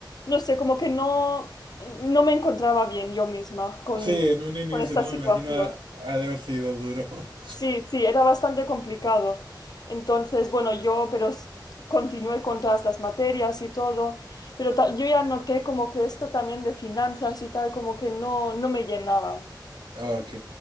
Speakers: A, on the left; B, on the right.
A: No sé, como que no, no me encontraba bien yo misma con,
B: Sí, en un inicio,
A: con esta
B: ¿no?
A: situación.
B: Me imagino ha, ha de haber sido duro. <laughs>
A: Sí, sí, era bastante complicado. Entonces, bueno, yo, pero s- continué con todas las materias y todo, pero ta- yo ya noté como que esto también de finanzas y tal, como que no, no me llenaba
B: Ok.